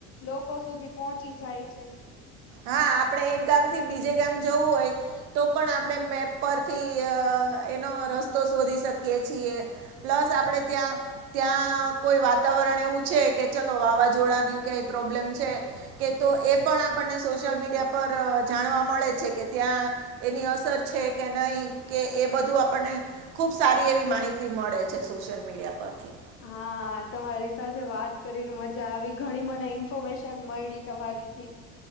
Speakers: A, on the left (about 40°); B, on the right (about 85°).
A: લોકો સુધી પહોંચી જાય છે.
B: હા આપડે એક ગામથી બીજે ગામ જવું હોય તો પણ આપણેે મેપ પરથી અહહ અહહ એનો રસ્તો શોધી શકી છીએ પ્લસ આપણે ત્યાં ત્યાં કોઈ વાત વાતાવરણ એવું છે કે ચલો વાવાઝોડાની કઈ પ્રોબ્લેમ છે કે તો એ પણ આપને સોશિયલ મીડિયા અહહ પર જાણવા મળે છે કે ત્યાં એની અસર છે કે નહી એ બધું આપને ખુબ સારી એવી માહિતી મળે છે સોશિયલ મીડિયા પરથી
A: હા તમારી સાથે વાત કરીને મજા આવી ઘણી મને ઇન્ફોર્મેશન મયળી તમારી થી